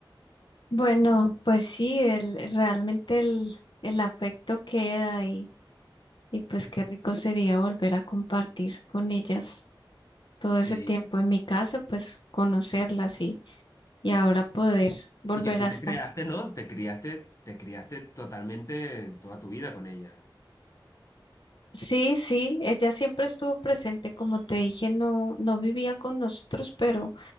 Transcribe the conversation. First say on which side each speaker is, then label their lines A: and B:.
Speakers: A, on the left (about 65°); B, on the left (about 40°).
A: Bueno, pues sí, el, realmente el, el afecto queda y, y pues qué rico sería volver a compartir con ellas todo
B: Sí.
A: ese tiempo. En mi caso, pues conocerlas y y ahora poder volver
B: Y que tú
A: a
B: te
A: estar.
B: creaste, ¿no? Te criaste, te criaste totalmente toda tu vida con ella.
A: Sí, sí, ella siempre estuvo presente, como te dije, no, no vivía con nosotros, pero